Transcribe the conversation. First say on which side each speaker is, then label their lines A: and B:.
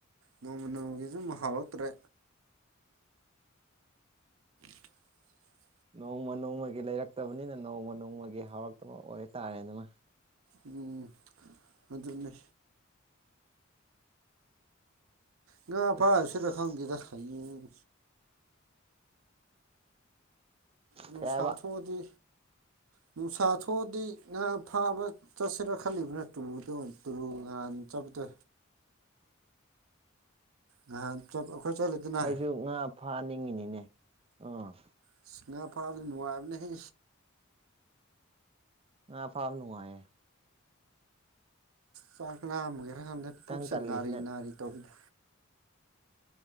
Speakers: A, on the right; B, on the right.
A: ꯅꯣꯡꯃ ꯅꯣꯡꯃꯒꯤ ꯁꯨꯝ ꯍꯥꯥꯎꯂꯛꯇ꯭ꯔꯦ <inaudible>
B: ꯅꯣꯡꯃ ꯅꯣꯡꯃꯒꯤ ꯂꯩꯔꯛꯇꯕꯅꯤꯅ ꯅꯣꯡꯃ ꯅꯣꯡꯃꯒꯤ ꯍꯧꯥꯎꯔꯛꯇꯕ ꯑꯣꯏꯇꯥꯔꯦ ꯑꯗꯨꯃꯥꯏ꯫
A: ꯎꯝ ꯑꯗꯨꯅꯦ꯫ ꯉꯥ ꯐꯁꯨ
B: ꯑꯁ
A: ꯔ ꯈꯪꯗꯦꯗ ꯍꯥꯌꯦꯡ ꯅꯨꯡꯁꯥ
B: ꯀꯩ ꯍꯥꯏꯕ
A: ꯊꯣꯛꯑꯗꯤ ꯅꯨꯡꯁꯥ ꯊꯣꯛꯑꯗꯤ ꯉꯥ ꯐꯥꯕ ꯆꯁꯦꯔ ꯈꯜꯂꯤꯂꯤ ꯄꯨꯅ ꯇꯨꯂꯨꯗ ꯇꯨꯂꯨ ꯉꯍꯥꯟ ꯆꯄꯗ ꯉꯍꯥꯟ ꯑꯩꯈꯣꯏ ꯆꯠꯂꯗꯅꯦ
B: ꯑꯩꯁꯨ ꯉꯥ ꯐꯥꯅꯤꯡꯉꯤꯅꯤꯅꯦ ꯑꯥ
A: ꯑꯁ ꯉꯥ ꯐꯥꯕꯗ ꯅꯨꯡꯉꯥꯏꯕꯅꯍꯦ꯫
B: ꯉꯥ ꯐꯥꯕ ꯅꯨꯡꯉꯥꯏꯌꯦ꯫
A: ꯆꯥꯛ ꯂꯥꯝ ꯑꯃꯒꯦꯔ ꯀꯥꯟꯗ
B: ꯈꯤꯇꯪ
A: ꯄꯨꯛꯁꯦ
B: ꯇꯜꯂꯤꯁꯤꯅ
A: ꯅꯥꯔꯤ ꯅꯥꯔꯤ ꯇꯧꯔꯤꯗ